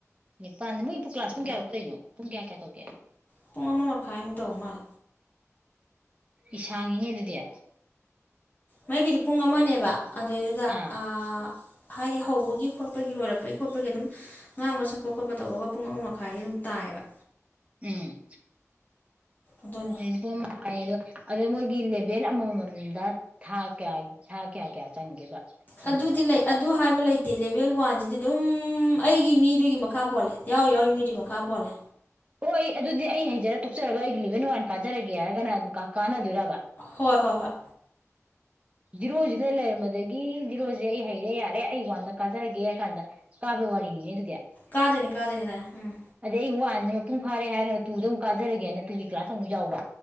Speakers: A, on the right (about 20°); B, on the left (about 35°).
A: ꯅꯤꯄꯥꯟꯗ ꯃꯣꯏꯕꯨꯨꯡ ꯀ꯭ꯂꯥꯁ ꯄꯨꯡ ꯀꯌꯥꯃꯨꯛ ꯀꯩꯅꯣ ꯄꯨꯡ ꯀꯌꯥ ꯀꯌꯥ ꯇꯧꯒꯦ
B: ꯄꯨꯡ ꯑꯃ ꯃꯈꯥꯏꯨ ꯇꯧꯃꯜ
A: ꯏꯁꯥꯡꯉꯤꯅꯦ ꯑꯗꯨꯗꯤ
B: ꯃꯒꯤꯗꯤ ꯄꯨꯡ ꯑꯃꯅꯦ ꯑꯗꯨꯗꯗ
A: ꯑꯥ
B: ꯑ ꯍꯥꯏꯗꯤ ꯍꯧꯕꯒꯤ ꯈꯣꯠꯄꯒꯤ ꯂꯣꯏꯔꯛꯄꯒꯤ ꯈꯣꯠꯄꯒꯤ ꯑꯗꯨꯝ ꯉꯥꯡꯕ ꯁꯛꯄ ꯈꯣꯠꯄ ꯇꯧꯕꯒ ꯄꯨꯡ ꯑꯃ ꯃꯈꯥꯏꯗꯤ ꯑꯗꯨꯝ ꯇꯥꯏꯑꯕ
A: ꯎꯝ
B: ꯑꯗꯨꯅꯤ
A: ꯍꯥꯏꯗꯤꯗꯣ ꯑꯗꯣ ꯃꯣꯏꯒꯤ ꯂꯦꯚꯦꯜ ꯑꯃꯃꯝꯗ ꯊꯥ ꯀꯌꯥ ꯊꯥ ꯀꯌꯥ ꯀꯌꯥ ꯆꯪꯒꯦꯕ ꯇꯝꯕꯗ
B: ꯑꯗꯨꯗꯤ ꯂꯩ ꯑꯗꯨ ꯍꯥꯏꯕ ꯂꯩꯇꯦ ꯂꯦꯚꯦꯜ ꯋꯥꯟꯁꯤꯗꯤ ꯑꯗꯨꯝ ꯑꯩꯒꯤ ꯃꯤꯗꯨꯒꯤ ꯃꯈꯥ ꯄꯣꯜꯂꯦ ꯌꯥꯎꯔꯤ ꯌꯥꯎꯔꯤ ꯃꯤꯗꯨꯒꯤ ꯃꯈꯥ ꯄꯣꯜꯂꯦ
A: ꯑꯣ ꯑꯩ ꯑꯗꯨꯗꯤ ꯑꯩ ꯍꯩꯖꯔ ꯇꯣꯛꯆꯔꯒ ꯑꯩꯒꯤ ꯂꯕꯦꯟ ꯋꯥꯟ ꯄꯖꯔꯒꯤ ꯍꯥꯏꯒꯅ ꯑꯗꯨ ꯀ ꯀꯥꯅꯗꯨꯔꯕ
B: ꯍꯣꯏ ꯍꯣꯏ ꯍꯣꯏ
A: ꯖꯤꯔꯣꯁꯤꯗ ꯂꯩꯔꯝꯕꯗꯒꯤ ꯖꯤꯔꯣꯁꯦ ꯑꯩ ꯍꯩꯔꯦ ꯌꯥꯔꯦ ꯑꯩ ꯋꯥꯟꯗ ꯀꯥꯖꯔꯒꯦ ꯍꯥꯏ ꯀꯥꯟꯗ ꯀꯥꯕꯩ ꯋꯥꯔꯤꯅꯤꯅꯦ ꯑꯗꯨꯗꯤ
B: ꯀꯥꯗꯣꯏꯅꯤ ꯀꯥꯗꯣꯏꯅꯤ ꯑꯗꯥꯏꯅ ꯎꯝ
A: ꯑꯗ ꯑꯩ ꯋꯥꯅꯤ ꯃꯄꯨꯡ ꯐꯥꯔꯦ ꯍꯥꯏꯔꯒ ꯇꯨꯗ ꯑꯃꯨꯛ ꯀꯥꯔꯒꯦꯅ ꯇꯨꯒꯤ ꯀ꯭ꯂꯥꯁ ꯁꯛ ꯌꯥꯎꯕ